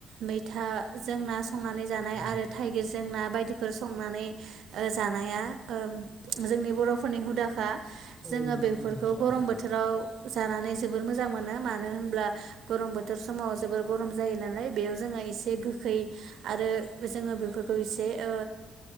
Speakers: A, on the right; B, in the centre.
A: मैथा जों ना संनानै जानाय
B: औ
A: आरो थाइगि जों ना बायदिफोर संनानै ओ जानाया ओम जोंनि बरफोरनि हुदाखा
B: औ
A: जोङो
B: नंगौ
A: बेफोरखौ
B: नोंथां थारैनो
A: गरम बोथोराव जानानै जोबोर मोजां मोनो मानो होनब्ला गरम बोथोर समाव जोबोर गरम जायो नालाय बेयाव जोङो एसे गोखै आरो जोङो बे फोरखौ एसे ओ